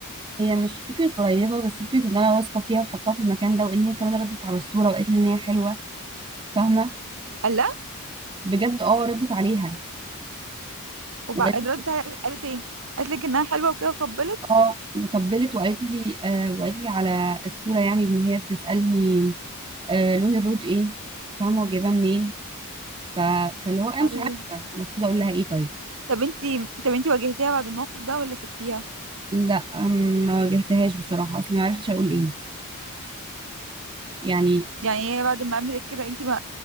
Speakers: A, on the right; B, on the right.
A: هي مش فكره قريبه بس فكره ان انا واثقه فيها وحطاها في المكان ده وان هي كمان ردت على الصوره وقالت لي ان هي حلوه فاهمه
B: قال لا
A: بجد اه ردت عليها
B: وبعد
A: وقالت لي
B: ردت على- قالت إيه قالت لك إنها حلوة وكده وطبلت
A: اه وطبلت وقالت لي آه وقالت لي على الصوره يعني ان هي بتسالني آه لون الروج ايه فاهمه وجايباه منين ف... فاللي هو انا
B: قال
A: مش عارفه المفروض اقول لها ايه طيب
B: طب أنت طب أنت واجهتيها بعد الموقف ده ولا سبتيها
A: لا أم، ما واجهتهاش بصراحه اصلا ما عرفتش اقول ايه يعني
B: يعني هي بعد ما عملت كده أنت ما